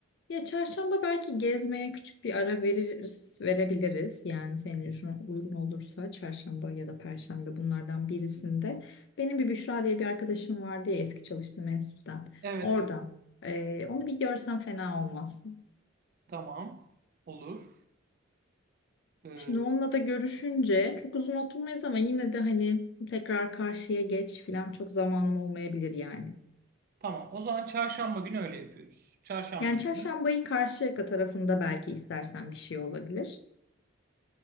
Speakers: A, on the left; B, on the right.
A: Ya çarşamba belki gezmeye küçük bir ara veririz, verebiliriz. Yani senin için uygun olursa çarşamba ya da perşembe bunlardan birisinde. Benim bir Büşra diye bir arkadaşım vardı ya eski çalıştığım enstitüden.
B: Evet,
A: Orada.
B: evet.
A: Ee, onu bir görsen fena olmaz.
B: Tamam. Olur. Ee,
A: Şimdi onunla da görüşünce çok uzun oturmayız ama yine de hani tekrar karşıya geç falan çok zamanım olmayabilir yani.
B: tamam. O zaman çarşamba günü öyle yapıyoruz. Çarşamba
A: Yani
B: günü.
A: çarşambayı Karşıyaka tarafında belki istersen bir şey olabilir.